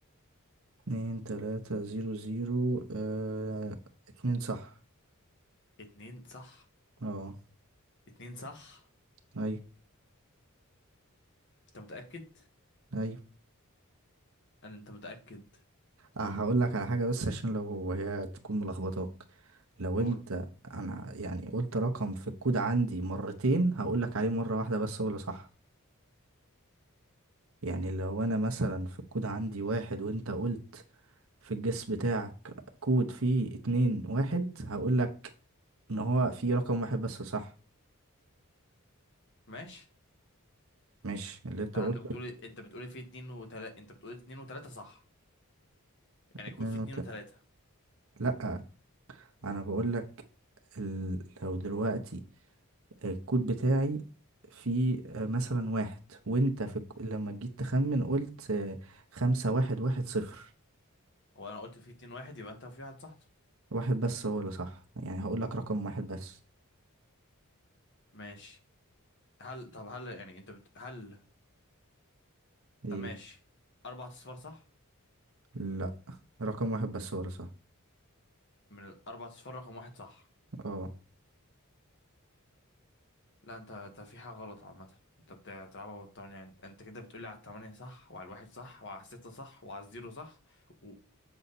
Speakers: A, on the right; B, on the left.
A: اتنين تلاتة زيرو زيرو اه اتنين صح
B: اتنين صح
A: اه
B: اتنين صح
A: اي
B: انت متأكد
A: اي
B: قال انت متأكد
A: أه هقول لك على حاجة بس عشان لو هي تكون ملخبطاك لو
B: قول
A: انت انا يعني قلت رقم في الكود عندي مرتين هقول لك عليه مرة واحدة بس هو اللي صح يعني لو انا مثلا في الكود عندي واحد وانت قلت في الجس بتاعك كود فيه اتنين واحد هقول لك ان هو فيه رقم واحد بس صح
B: ماشي
A: مش اللي انت
B: انت
A: قلت
B: عندك بتقول انت بتقول في اتنين وتلاتة انت بتقول اتنين وتلاتة صح يعني
A: اتنين
B: يكون في اتنين
A: وت...
B: وتلاتة
A: لا انا بقول لك ال... لو دلوقتي الكود بتاعي في آه، مثلا واحد وانت في الك- لما جيت تخمن قلت آه، خمسة واحد واحد صفر
B: وانا قلت في اتنين واحد يبقى انت في واحد صح
A: واحد بس هو اللي صح يعني هقول لك رقم واحد بس
B: ماشي هل طب هل يعني انت بت... هل
A: ايه
B: طب ماشي اربع اصفار صح
A: لا رقم واحد بس هو اللي صح
B: من الاربع اصفار رقم واحد صح
A: اه
B: لا انت انت في حاجة غلط عامة انت بت- بتلعبها بالتمانية انت, انت كده بتقولي على التمانية صح وعلى الواحد صح وعلى الستة صح وعلى الزيرو صح و...